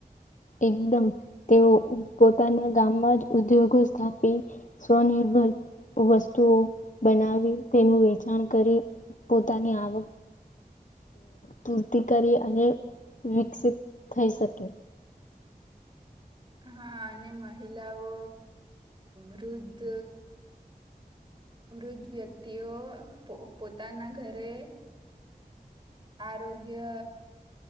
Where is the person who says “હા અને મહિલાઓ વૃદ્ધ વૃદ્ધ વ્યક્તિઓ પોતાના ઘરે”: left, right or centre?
Right